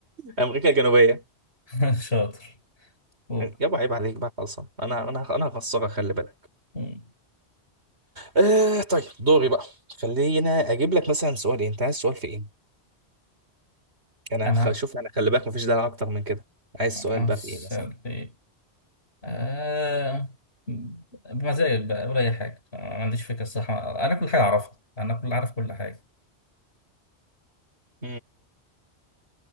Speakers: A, on the right; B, on the left.
A: امريكا الجنوبيه
B: <laughs> شاطر قول
A: يابا عيب عليك بقى خلصان انا انا انا هخسرك خلي بالك
B: مم.
A: آه طيب دوري بقى خلينا اجيب لك مثلا سؤال إيه؟ انت عايز سؤال في ايه انا
B: انا
A: هشوف انا خلي بالك مفيش دلع اكتر من كده عايز
B: اسال
A: سؤال بقى في ايه مثلا
B: في ايه آه... بمزاجك بقى ولا اي حاجه أنا ما عنديش فكره الصح انا كل حاجه اعرفها انا كل عارف كل حاجه
A: <laughs>